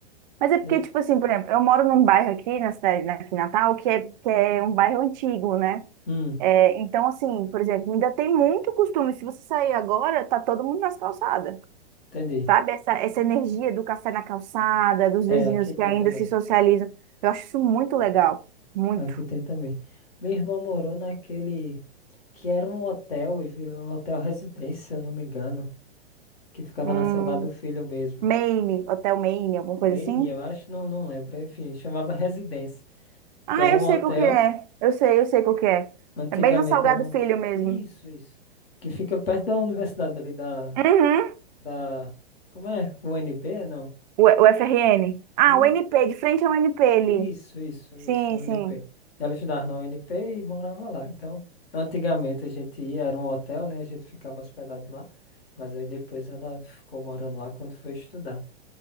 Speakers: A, on the right; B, on the left.
A: Mas é porque,
B: É-
A: tipo assim, por exemplo, eu moro num bairro aqui na cidade, né, aqui em Natal, que é, que é um bairro antigo, né?
B: Hum,
A: É, então, assim, por exemplo, ainda tem muito costume. Se você sair agora, tá todo mundo nas calçadas,
B: entendi.
A: sabe? Essa, essa energia do café na calçada, dos
B: É,
A: vizinhos
B: aqui
A: que
B: tem
A: ainda
B: também.
A: se socializam. Eu acho isso muito legal. Muito.
B: Aqui tem também. Minha irmã morou naquele que era um hotel e virou hotel residência, se eu não me engano, que ficava
A: Hum,
B: na Salgado Filho mesmo.
A: Maine, Hotel Maine, alguma
B: Meini,
A: coisa assim.
B: eu acho, não, não lembro. Enfim, chamava residência,
A: Ah,
B: que era
A: eu
B: um
A: sei
B: hotel.
A: qual que é. Eu sei, eu sei qual que é.
B: Antigamente
A: É bem no Salgado
B: era
A: Filho
B: um...
A: mesmo.
B: Isso, isso. Que fica perto da universidade ali da,
A: Uhum.
B: da... Como é? UNB? Não.
A: O, o FRN. Ah,
B: Não,
A: o NP, de frente ao NP ali.
B: isso, isso,
A: Sim,
B: isso, UNP.
A: sim.
B: Ela estudava na UNP e morava lá. Então, antigamente a gente ia, era um hotel, né? A gente ficava hospedado lá. Mas aí depois ela ficou morando lá quando foi estudar.